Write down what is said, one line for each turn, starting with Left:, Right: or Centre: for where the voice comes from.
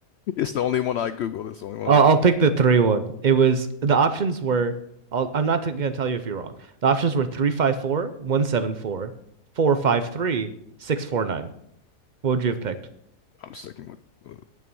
Left: It's the only one I googled. It's the only one
Right: I'll,
Left: I
Right: I'll pick the three one. It was the options were I'll, I'm not t- gonna tell you if you're wrong. The options were three five four, one seven four, four five three, six four nine. What would you have picked?
Left: I'm sticking with the